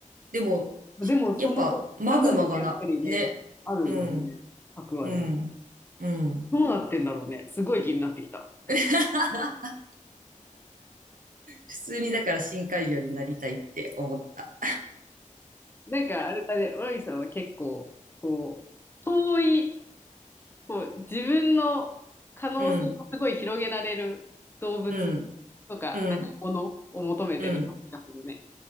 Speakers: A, on the right (about 85°); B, on the left (about 15°).
A: でも、
B: でもその中にはやっぱりね、
A: しやっぱ、マグマがな、ね。
B: あるよね、
A: うん、
B: 核は絶対。
A: うん、うん。
B: どうなってんだろうね、すごい気になってきた。
A: <laughs> 普通にだから深海魚になりたいって思った。
B: なんかあれだね、マミさんは結構、こう、遠い、こう、自分の可能性をすごい広げられる動物とか、
A: うん、うん、うん、
B: なんかものを求めてる感じがするね。
A: うん。